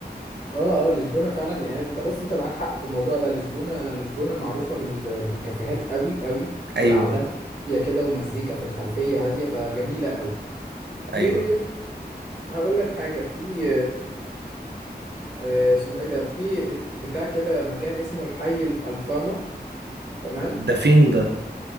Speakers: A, on the left (about 70°); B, on the right (about 80°).
A: اه اه لشبونة فعلا يعني انت بص انت معاك حق في الموضوع ده لشبونة لشبونة معروفة بال... بالكافيهات قوي قوي
B: أيوة
A: وقعداتها هادية كده ومزيكا في الخلفية هادية فجميلة قوي وهقول
B: أيوة
A: لك حاجة في آه، اسمه ايه ده في بتاع كده مكان اسمه الحي الألفاما تمام
B: ده فين ده